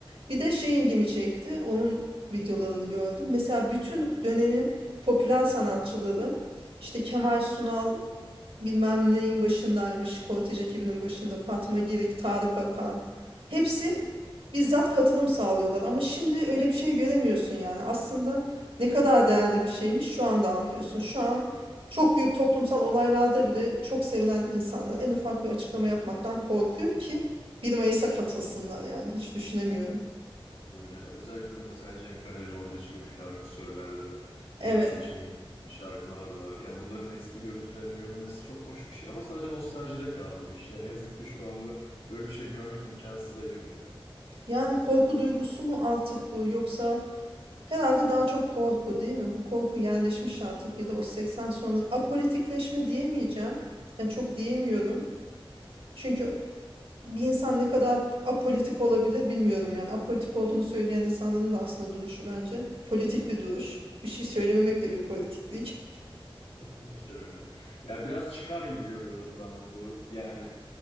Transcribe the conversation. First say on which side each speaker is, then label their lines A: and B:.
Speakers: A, on the right (about 85°); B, on the left (about 85°).
A: bir de şey ilgimi çekti onun videolarını gördüm mesela bütün dönemin popüler sanatçıları işte Kemal Sunal bilmem neyin başındaymış Kortej ekibinin başında Fatma Girik Tarık Akan hepsi
B: Tabii.
A: bizzat katılım sağlıyorlar. Ama şimdi öyle bir şey göremiyorsun yani. Aslında ne kadar değerli bir şeymiş şu anda anlıyorsun. Şu an çok büyük toplumsal olaylarda bile çok sevilen insanlar en ufak bir açıklama yapmaktan korkuyor ki bir Mayıs'a katılsınlar yani hiç düşünemiyorum.
B: Öyle. Özellikle de mesela Cem Karaca orada çıkıp şarkı söylerdi.
A: Evet
B: Orası için şarkılar var. Yani bunların eski görüntülerinin görünmesi çok hoş bir şey ama sadece nostaljide kaldı. İşte ne yazık ki şu anda böyle bir şey görmek imkansıza yakın.
A: yani korku duygusu mu artık bu yoksa herhalde daha çok korku değil mi? Bu korku yerleşmiş artık ya da o 80 sonra apolitikleşme diyemeyeceğim. Yani çok diyemiyorum. Çünkü bir insan ne kadar apolitik olabilir bilmiyorum yani. Apolitik olduğunu söyleyen insanların da aslında duruşu bence politik bir duruş. Bir şey söylememek de bir politiklik.
B: Kesinlikle öyle. Ya biraz çıkar gibi görüyorum ben bunu. Yani